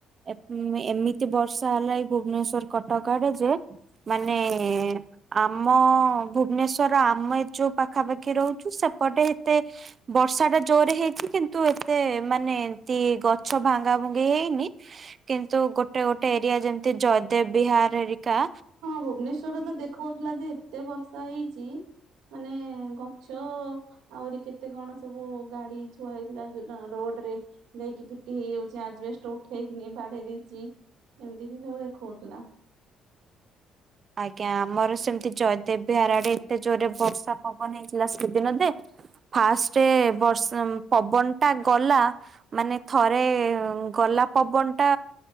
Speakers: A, on the right (about 40°); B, on the right (about 80°).
A: ଏପ ଏମିତି ବର୍ଷା ହେଲା ଏଇ ଭୁବନେଶ୍ଵର କଟକ ଆଡେ ଯେ ମାନେ ଆମ ଭୁବନେଶ୍ଵର ଆମ ଏ ଯୋଉ ପାଖାପାଖି ରହୁ ଚୁ ସେପଟେ ଏତେ ବର୍ଷାଟା ଜୋରରେ ହେଇଚି କିନ୍ତୁ ଏତେ ମାନେ ଏମତି ଗଛ ଭାଙ୍ଗାଭଙ୍ଗି ହେଇନି। କିନ୍ତୁ ଗୋଟେ ଗୋଟେ ଏରିଆ ଯେମିତି ଜୟଦେବ ବିହାର ହେରୀ କା।
B: ହଁ ଭୁବନେଶ୍ଵରରେ ତ ଦେଖାଉଥିଲା ଯେ ଏତେ ବର୍ଷା ହେଇଚି। ମାନେ ଗଛ ଆହୁରି କେତେ କଣ ସବୁ ଗାଡି ଥୁଆ ହେଇଥିଲା ଯୋଉ ଡା ରୋଡରେ ଯାଇକି ପିଟି ହେଇଯାଉଛି ଆଜବେଷ୍ଟ ଉଠେଇକିନି ବାଡେଇ ଦେଇଛି ଏମିତି ହି ସବୁ ଦେଖାଉଥିଲା।
A: ଆଜ୍ଞା ଆମର ସେମିତି ଜୟଦେବ ବିହାର ଆଡେ ଏତେ ଜୋରରେ ବର୍ଷା ପବନ ହେଇଥିଲା ସେହିଦିନ ଯେ ଫାଷ୍ଟ ବର୍ଷ ପବନଟା ଗଲା ମାନେ ଥରେ ଗଲା ପବନଟା